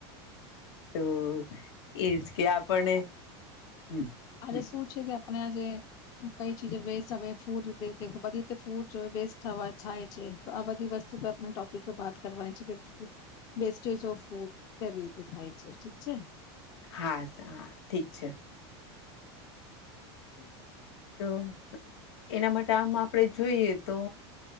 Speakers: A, on the left; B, on the left.
A: તો એજ કે આપને હમ
B: અરે
A: હમ
B: શું છે આપણે આ જેે કઈ ચીજ વેસ્ટ હ ફૂડ દેે બધી રીતે ફૂડ જો વેસ્ટવા થાય છે તો આ બધી વસ્તુ આપણે ટોપિક વાત કરવાની છે કે વેસ્ટેજ ઓફ ફૂડ કેવી રીતે થાય છે ઠીક છે
A: હા હા ઠીક છે
B: હમ
A: તો એના માટે આમ આપણેે જોઈએ તો